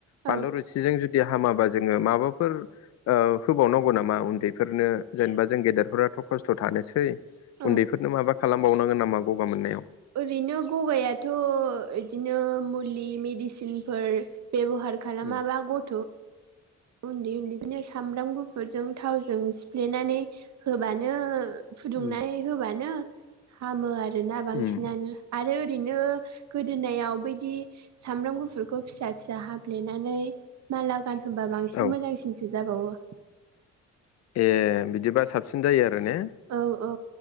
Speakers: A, on the left (about 55°); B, on the right (about 65°).
A: बानलु
B: औ
A: रोसिजों जुदि हामाबा जोङो माबाफोर ओ होबावनांगौ नामा उन्दैफोरनो जेनबा जों गेदेरफोराथ' खस्थ' थानोसै
B: औ
A: उन्दैफोरनो माबा खालामबावनांगोन नामा गगा मोननायाव
B: ओरैनो गगायाथ' इदिनो मुलि मेडिसिन फोर बेब'हार खालामाबा
A: उम
B: गथ' उन्दै उन्दै बिनो सामब्राम गुफुरजों थावजों सिफ्लेनानै होबानो फुदुंनानै
A: उम
B: होबानो हामो आरोना बांसिनानो
A: उम
B: आरो रैनो गोदोनायाव बैदि सामब्राम गुफुर खौ फिसा फिसा हाबफ्लेनानै माला गानहोबा बांसिन
A: औ
B: मोजांसिनसो जाबावो
A: ए बिदिबा साबसिन जायो आरो ने
B: औ औ